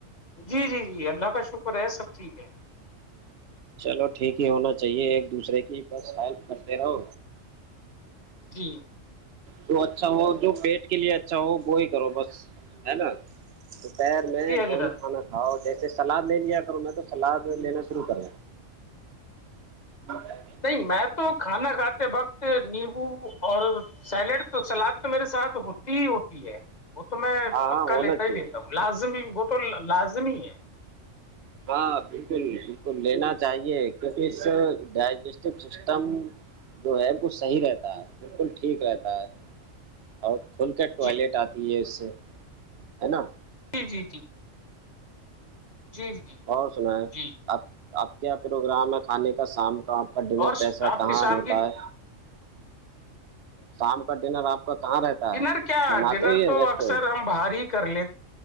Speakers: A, on the left (about 35°); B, on the right (about 55°).
A: جی جی جی اللہ کا شکر ہے سب ٹھیک ہے
B: چلو ٹھیک ہے ہونا چاہیے ایک دوسرے کی بس ہیلپ کرتے رہو
A: جی
B: تو اچھا ہو جو پیٹ کے لیے اچھا ہو وہی کرو بس ہے نا دوپہر میں
A: جی حضرت
B: وہی کھانا کھاؤ جیسے سلاد لے لیا کروں میں تو سلاد لینا شروع کروں <unintelligible>
A: نہیں میں تو کھانا کھاتے وقت نیبو اور سیلیڈ تو سلاد تو میرے ساتھ ہوتی ہی ہوتی ہے وہ تو میں
B: ہاں
A: پکا
B: ہاں ہونا
A: لیتا ہی
B: چاہیے
A: لیتا ہوں لازمی وہ تو لازمی ہے
B: ہاں بالکل بالکل لینا چاہیے کیونکہ اس ڈائجسٹو سسٹم جو ہے وہ صحیح رہتا ہے بالکل ٹھیک رہتا ہے اور کھل کر ٹوائلیٹ
A: جی
B: آتی ہے اس سے ہے نا
A: جی جی جی جی جی
B: اور سنیں
A: جی
B: آپ آپ کیا پروگرام ہے کھانے کا شام کا کا ڈنر
A: اور
B: کیسا ہے
A: آپ
B: کہاں
A: کی شام
B: ہوتا
A: کی
B: ہے شام کا ڈنر آپ کا کہاں رہتا ہے
A: ڈنر کیا
B: بناتے
A: ڈنر
B: ہی ہے
A: تو
B: ریسٹورینٹ
A: اکثر ہم باہر ہی کر لیتے